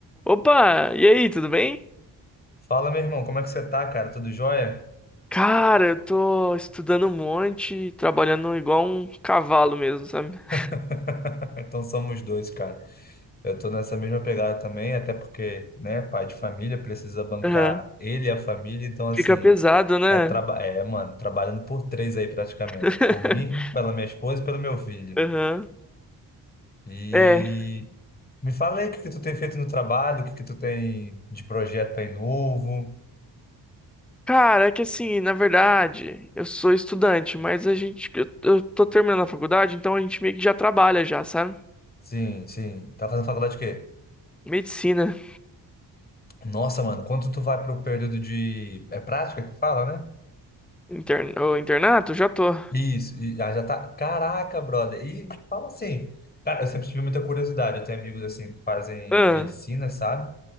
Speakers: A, in the centre; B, on the left (about 20°).
A: Opa, e aí, tudo bem?
B: Fala, meu irmão, como é que você tá, cara? Tudo jóia?
A: Cara, eu tô estudando um monte, trabalhando igual um cavalo mesmo, sabe? <laughs>
B: <laughs> Então somos dois, cara. Eu tô nessa mesma pegada também, até porque, né, pai de família precisa bancar
A: Aham.
B: ele e a família, então assim,
A: Fica pesado, né?
B: é, traba é, mano, trabalhando por três aí praticamente,
A: <laughs>
B: por mim, pela minha esposa e pelo meu filho.
A: Aham.
B: E
A: É.
B: me fala aí o que que tu tem feito no trabalho, o que que tu tem de projeto aí novo.
A: Cara, é que assim, na verdade, eu sou estudante, mas a gente, eu, eu tô terminando a faculdade, então a gente meio que já trabalha já, sabe?
B: Sim, sim. Tá fazendo faculdade de quê?
A: Medicina,
B: Nossa, mano, quanto tu vai pro período de... É prática que fala, né?
A: intern, ou internato, já tô.
B: Isso, e ah, já tá. Caraca, brother. E fala assim, cara, eu sempre tive muita curiosidade. Eu tenho amigos assim que fazem
A: Ah,
B: medicina, sabe?